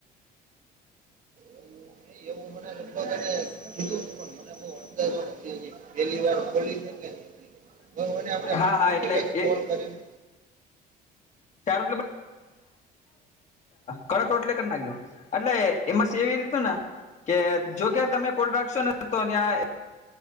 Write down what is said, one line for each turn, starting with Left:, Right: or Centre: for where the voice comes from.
Right: એવું નહીં એવું મને લગભગ હે ને. કીધું હતું પણ મને બહું અનદાજો નથી હજી. પેહેલી વાર ખોલી છે કે નહી એને આપણે
Left: હા હા
Right: પુછી
Left: એટલે
Right: લઈશ કોલ
Left: એ
Right: કરીને.
Left: <unintelligible> હા કડક રોટલી કરી નાખજો એટલે એમાં સ એવી રીતું ને કે જોકે તમે કોલ રાખશો ને તો <unintelligible>